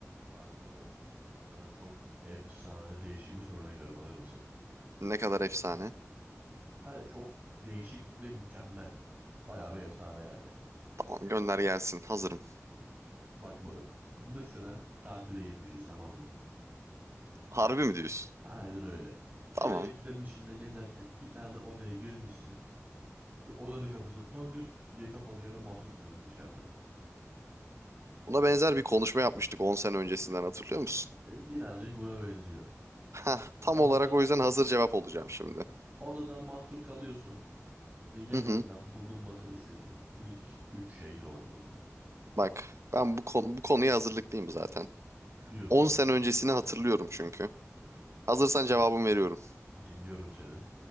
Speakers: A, on the right (about 35°); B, on the right (about 60°).
A: Bak moruk. Sana çok efsane değişik bir soruyla geliyorum alır mısın?
B: Ne kadar efsane.
A: Hani çok değişik ve mükemmel. Bayağı bir efsane yani.
B: Tamam gönder gelsin. Hazırım.
A: Bak moruk. Mısır'a tatile gitmişiz tamam mı?
B: Harbi mi diyorsun?
A: Aynen öyle. Piramitlerin
B: Tamam.
A: içinde gezerken bir tane odaya girmişsin. Ve odanın kapısı longür diye kapanıyor ve mahsur kalıyorsun içeride.
B: Buna benzer bir konuşma yapmıştık 10 sene öncesinden hatırlıyor musun?
A: E, Birazcık buna benziyor.
B: Hah, tam
A: Odada
B: olarak o yüzden hazır cevap olacağım şimdi.
A: odada mahsur kalıyorsun ve yanında
B: Hı hı.
A: bulunmasını istediğin ilk üç şey ne olurdu?
B: Bak ben bu, konu, bu konuya hazırlıklıyım zaten.
A: Biliyorsun.
B: 10 sene öncesini hatırlıyorum çünkü. Hazırsan cevabımı veriyorum.
A: Dinliyorum seni.